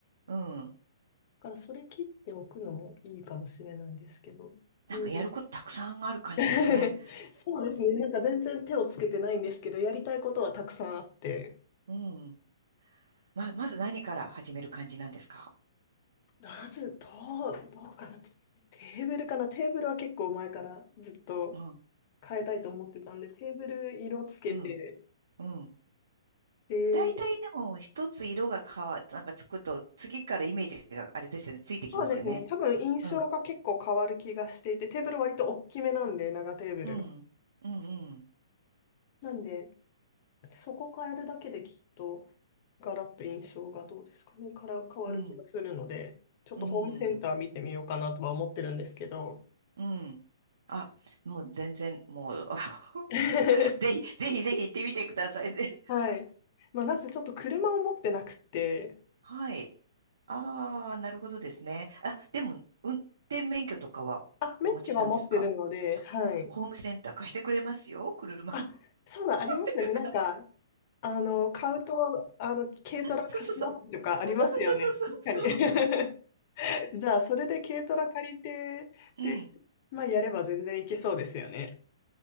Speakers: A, on the right; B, on the left.
A: うん。
B: から、それ切っておくのもいいかもしれないですけど。
A: なんかやることたくさんある感じですね。
B: うん。<laughs> そうですね。なんか全然手をつけてないんですけど、やりたいことはたくさんあって。
A: うん。ま、まず何から始める感じなんですか
B: まず、どう、どうかな。テーブルかな。テーブルは結構前からずっと
A: うん。
B: 変えたいと思ってたんで、テーブル色つけて、
A: うん。うん。
B: で、
A: 大体でも一つ色が変わ、なんかつくと次からイメージがあれですよね。ついてきますよね。
B: そうですね、多分印象が結構変わる気がしていて、
A: うん。
B: テーブル割と大きめなんで、長テーブルが。
A: うん。うん。
B: なんで、そこ変えるだけできっと、ガラッと印象がどうですかね、から変わる気がするので、
A: うん。うん。
B: ちょっとホームセンター見てみようかなとは思ってるんですけど。
A: うん。うん。あ、もう全然、もう <laughs>
B: <laughs>
A: ぜひ、ぜひぜひ行ってみてくださいね。<laughs>
B: はい。まあ、なぜちょっと車を持ってなくて、
A: はい。ああ、なるほどですね。あ、でも、運転免許とかはお持ちなんですかあホームセンター貸してくれますよ、
B: あ、免許は持ってるので、はい。
A: 車も。
B: あ、そうだ、ありますよね。
A: <laughs>
B: なんか、あの、買うと、あの、軽トラ貸しますとかありますよね。
A: そうそうそう。そうそうそうそうそうそ
B: 確かに。<laughs> じゃあ、それで軽トラ借りて、
A: う。
B: で、
A: うん。
B: まあ、やれば全然いけそうですよね。